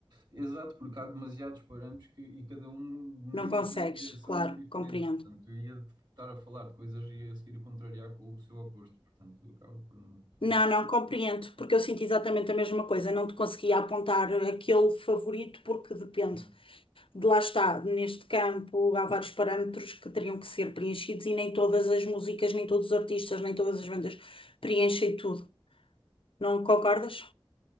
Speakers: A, on the right; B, on the left.
A: exato, porque há demasiados parâmetros que, e cada um me
B: Não
A: dirige
B: consegues,
A: numa direção
B: claro,
A: diferente.
B: compreendo.
A: Portanto, eu ia estar a falar de coisas e ia a seguir contrariar com o seu oposto. Portanto, acaba por não, por
B: Não,
A: não...
B: não compreendo, porque eu sinto exatamente a mesma coisa. Não te conseguia apontar aquele favorito porque depende.
A: Sim,
B: de Lá está, neste campo há vários parâmetros que teriam que ser preenchidos e nem todas as músicas, nem todos os artistas, nem todas as bandas preenchem tudo. Não concordas?